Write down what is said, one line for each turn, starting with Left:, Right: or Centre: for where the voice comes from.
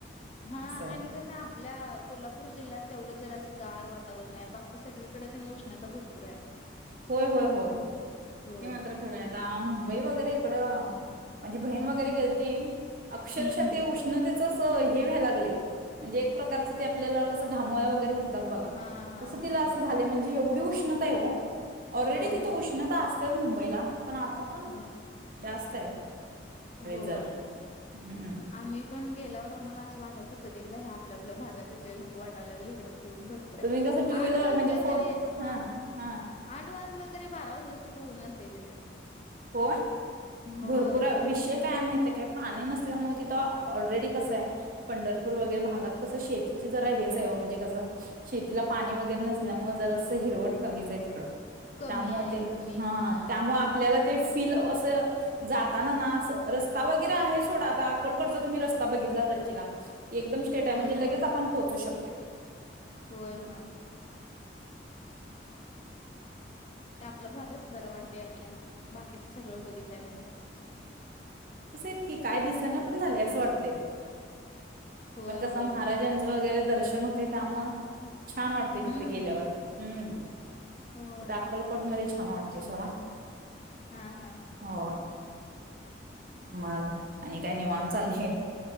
Left: हा
Right: असं आहे
Left: आणि कस आपल्या कोल्हापूर जिल्ह्यात तेवढं जरा असं गार वातावरण आहे बाकी सगळीकडे कणी उष्णता भरपूर आहे.
Right: होय होय होय ते
Left: होय.
Right: मात्र खरं आता मुंबई वगैरे तकड म्हणझी बहीण वगैरे गेलती अक्षरशः
Left: हम्म हम्
Right: ते उष्णतेच हे व्हायला लागलय म्हणजे एक प्रकारचं ते आपल्याला कसं घामोळ्या वगैरे उठतात बघा
Left: हा हा
Right: तसं
Left: हा
Right: तिला असं
Left: हा
Right: झाले म्हणजे एवढी उष्णताय ओ ऑलरेडी
Left: होय
Right: तिथे
Left: होय
Right: उष्णता अस - चल मुंबईला पण आता पण
Left: होय.
Right: जास्त <unintelligible>
Left: होय
Right: जरा हम्म
Left: आम्ही पण गेल्यावर आम्हाला अस वाटाल तर क एकदा हया आपल्या आपल्या भागात येतोय, नको वाटायला लागली, इकड ऊून भरपूर आहे
Right: तुम्ही कसं टू व्हीलर
Left: आठ वाजलं
Right: म्हणजे फोर
Left: तरी हा
Right: हा
Left: आठ वाजलं. तरी बारा वाजल्यासारखं, ऊन असेल तिथे.
Right: होय
Left: होय
Right: भरपूर
Left: भयानक
Right: शे
Left: ऊन
Right: काय माहितीये काय. पाणी नसल्यामुळे तिथं ऑलरेडी कसं आहे. पंढरपूर
Left: हम्म.
Right: वैगरे भागात, कस शेत त्याची जरा हेच आहे म्हणजे, कसं शेतीला पाणी वगैरे नसल्यामुळे जर असं हिरवट कमीच आहे, तिकडं
Left: कमी
Right: त्यामुळे
Left: आहे
Right: ते
Left: कमी
Right: हा त्यामुळे
Left: हा
Right: आपल्याला
Left: तेच की
Right: ते फिल असं. जाता ना ना अस रस्ता वगैरे आहे सोडा आता अक्कलकोटचा तुम्ही रस्ता बघितलाच असचिला. एकदम स्टेट आहे,
Left: होय
Right: म्हजे
Left: होय
Right: लगेच आपण पोचू शकतो. ते
Left: होय होय ते आपला भागच बरावाडतय आपल्याला बाकीचं सगळं बघितल्यानंतर
Right: तस इत की काय, दिसांना पण झाले असं वाटते.
Left: होय
Right: पण कस
Left: होय
Right: महाराजांचं
Left: होय
Right: वगैरे दर्शन होतेय, त्यामुळे छान वाटते तिथे
Left: हम्म
Right: गेल्यावर हम्म
Left: होय
Right: तिथे अक्कलकोट मध्ये छान वाते सोड
Left: हा हा हा
Right: हो मग आणि काय निवाण चाललय.